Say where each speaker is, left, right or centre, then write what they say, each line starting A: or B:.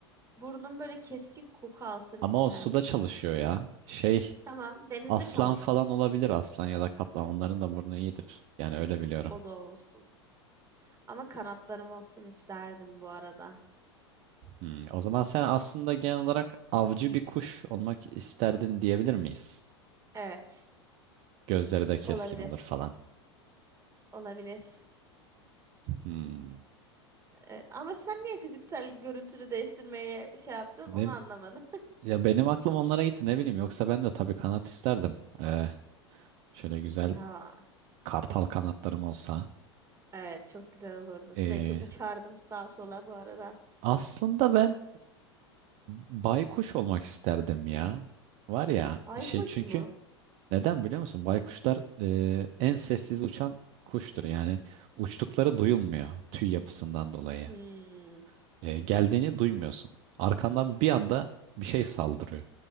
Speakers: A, on the right; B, on the right.
A: Burnum böyle keskin koku alsın
B: Ama
A: isterdim.
B: o suda çalışıyor ya. Şey
A: Tamam, denizde
B: aslan
A: çalışsın.
B: falan olabilir aslan ya da kaplan. Onların da burnu iyidir. Yani öyle biliyorum.
A: O da olsun. Ama kanatlarım olsun isterdim bu arada.
B: Hmm, o zaman sen aslında genel olarak avcı bir kuş olmak isterdin diyebilir miyiz?
A: Evet.
B: Gözleri de keskin
A: Olabilir.
B: olur falan.
A: Olabilir.
B: Hmm.
A: Ee, ama sen niye fiziksel görüntünü değiştirmeye şey yaptın
B: Ne,
A: onu anlamadım. <laughs>
B: ya benim aklım onlara gitti ne bileyim. Yoksa ben de tabii kanat isterdim. Ee, şöyle güzel
A: Ya
B: kartal kanatlarım olsa.
A: evet çok güzel olurdu. Sürekli
B: Ee,
A: uçardım sağa sola bu arada.
B: aslında ben baykuş olmak isterdim ya. Var ya
A: Aykuş
B: şey çünkü
A: mu?
B: neden biliyor musun? Baykuşlar e, en sessiz uçan kuştur. Yani uçtukları duyulmuyor tüy yapısından dolayı.
A: Hmm.
B: E, geldiğini duymuyorsun. Arkandan bir anda bir şey saldırıyor.